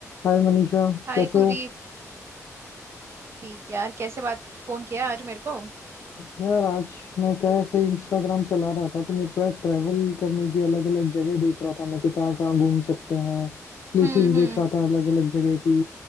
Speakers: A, on the left; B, on the right.
A: हाय मनीषा
B: हाय
A: कैसे
B: कुलदीप
A: हो
B: ठीक है यार कैसे बात फोन किया आज मेरे को
A: यार आज मैं क्या है, ऐसे इंस्टाग्राम चला रहा था तो मेरे को यार ट्रैवल करने की अलग अलग जगह देख रहा था मैं कि कहाँ कहाँ घूम सकते हैं प्लेसेस
B: हम्म
A: देख
B: हम्म
A: रहा था अलग अलग जगह की